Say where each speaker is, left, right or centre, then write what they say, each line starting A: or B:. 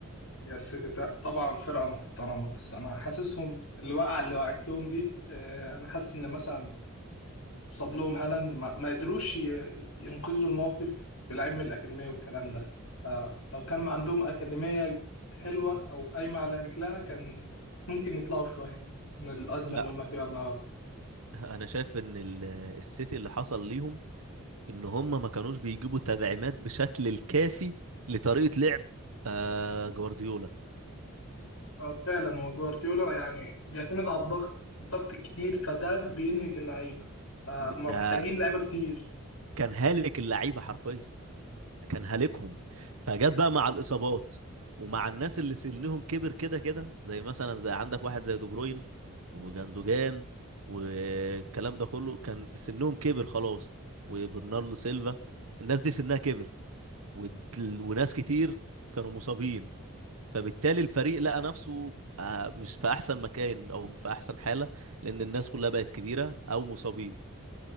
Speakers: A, on the left; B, on the right.
A: هي السيتي تا- طبعا فرقة محترمة بس أنا حاسسهم الوقعة اللي وقعت لهم دي آه، أنا حاسس إن مثلا صاب لهم هالاند ما, ما قدروش ي- ينقذوا الموقف بلعيب من الأكاديمية والكلام ده آه، لو كان ما عندهم أكاديمية حلوة أو قايمة على رجلها كان ممكن يطلعوا شوية من الأزمة
B: لا
A: اللي هم فيها النهاردة
B: انا شايف ان ال- السيتي اللي حصل ليهم ان هم ما كانوش بيجيبوا تدعيمات بشكل الكافي لطريقه لعب آه جوارديولا
A: آه، فعلا هو جوارديولا يعني بيعتمد على الضغط الضغط الكتير فده بينهك اللعيبة فهم
B: ب-
A: محتاجين
B: ده
A: لعيبة كتير
B: كان هالك اللعيبه حرفيا كان هالكهم فجت بقى مع الاصابات ومع الناس اللي سنهم كبر كده كده زي مثلا زي عندك واحد زي دي بروين وجندوجان والكلام ده كله كان سنهم كبر خلاص وبرناردو سيلفا الناس دي سنها كبر ود- وناس كتير كانوا مصابين فبالتالي الفريق لقى نفسه آه، مش في احسن مكان او في احسن حالة لان الناس كلها بقت كبيرة او مصابين